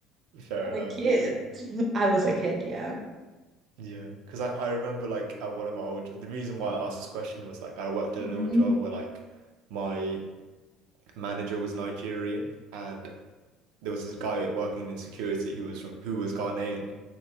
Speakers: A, on the right; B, on the right.
A: <laughs> Fair
B: I'm
A: enough.
B: a kid.
A: Yeah.
B: <laughs> I was a kid, yeah.
A: Yeah. Because I, I remember like at one of my old, the reason why I asked this question was like I worked at
B: Mhm.
A: an old job where like my manager was Nigerian, and there was this guy working in security who was from who was Ghanaian,